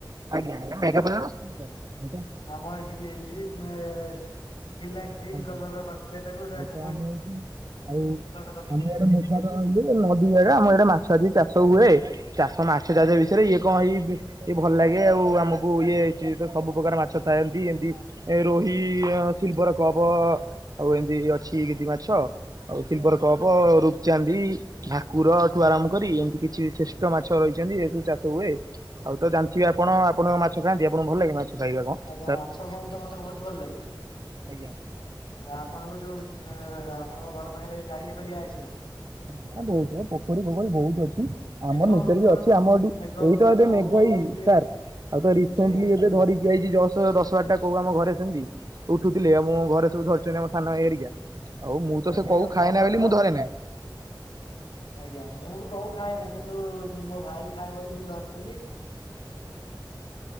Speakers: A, on the right (about 50°); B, on the left (about 85°).
A: ଆଜ୍ଞା ଆଜ୍ଞା। <unintelligible>
B: ଆମର ଏଠି ବି ହେଇଛି ଉଁ ଏ ଥିଲା ଗ୍ରୀନ୍
A: ଆଜ୍ଞା।
B: କଲର ର କରିଥିଲେ ତାକୁ ସେୟାକୁ
A: ଆଉ ତ ଆମ ଏଠି ଆଉ
B: କରିଦେଇଛନ୍ତି।
A: ଆମ ଆଡ଼େ ମେଘ ତ ଇଏ ନଦୀ ଜାଗା ଆମ ଇଆଡ଼େ ମାଛ ଆଦି ଚାଷ ସବୁ ହୁଏ ଚାଷ ମାଛ ଚାଷ ବିଷୟରେ ଇଏ କଣ ଏଇ ଇଏ ଭଲ ଲାଗେ ଆଉ ଆମକୁ ଇଏ ହେଇଛି ତ ସବୁ ପ୍ରକାର ମାଛ ଥାଆନ୍ତି, ଏମତି ଏ ରୋହି ସିଲଭର କପ୍ ଆଉ ଏମତି ଅଛି କିଛି ମାଛ ଆଉ ସିଲଭର କପ, ରୁପଚାନ୍ଦି ଭାକୁରଠୁ ଆରମ୍ଭ କରି ଏମତି କିଛି ଶ୍ରେଷ୍ଠ ମାଛ ରହିଚନ୍ତି ଯେହେତୁ ଚାଷ ହୁଏ। ଆଉ ତ ଜାଣି ଅଛି ଆପଣ, ଆପଣଙ୍କ ମାଛ ଖାଆନ୍ତି? ଆପଣଙ୍କୁ ଭଲ ଲାଗେ ମାଛ? ଖାଇବା କଣ
B: ଆଜ୍ଞା।
A: ସାର୍?
B: ମାଛ ଖାଇଆକୁ ତ ମତେ ବହୁତ ଭଲ ଲାଗେ
A: ଆଜ୍ଞା।
B: ଆପଣଙ୍କୁ ଯୋଉ ଉଁ ଆପଣଙ୍କ ଘର ପାଖରେ ଗାଡିଆ ଫାଡିଆ ଅଛି ନା?
A: ଆଜ୍ଞା ବହୁତ ପୋଖରୀ ଫୋଖରୀ ବହୁତ ଅଛି। ଉଁ
B: ମେଘ
A: ଆମର ନିଜର
B: ହଉଥିବ
A: ବି ଅଛି, ଆମ ଏଠୁ
B: ମେଘ ହଉଥିବ
A: ଏଇତ ଏବେ
B: କଉ
A: ମେଘ
B: ଫଉ
A: ହେଇ
B: ଉଠୁଥିବେ
A: ସାର୍ ଆଉ ତ ରିସେଣ୍ଟଲି
B: ଆଜ୍ଞା
A: ଏବେ ଧରିକି ଆଇଚି ଜଷ୍ଟ ତ ଦଶ ବାରଟା କଉ ଆମ ଘରେ ସେମତି ଉଠୁଥିଲେ, ଆଉ ଘରେ ସବୁ ଧରିଛନ୍ତି ଆମ ସାନ ଭାଇ ହେରିକା ଆଉ ମୁଁ ତ
B: ଆଜ୍ଞା
A: ସେ କଉ
B: ଆଜ୍ଞା ଭଲ
A: ଖାଏନା ବୋଲି
B: ତ
A: ମୁଁ
B: ଆଉ।
A: ଧରେନେଇଁ
B: ଆଜ୍ଞା। ମୁଁ ବି କଉ ଖାଏନା କିନ୍ତୁ ମୋ ଭାଇ ଖାଏ ବୋଲି ମୁଁ ଧରିଥିଲି <unintelligible>